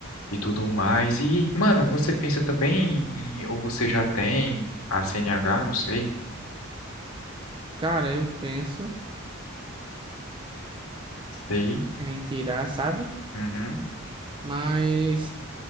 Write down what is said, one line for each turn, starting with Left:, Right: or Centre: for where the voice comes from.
Left: e tudo mais. E, mano, você pensa também em... Ou você já tem a CNH? Não sei.
Right: Cara, eu penso
Left: Sei.
Right: em tirar, sabe?
Left: Uhum.
Right: Mas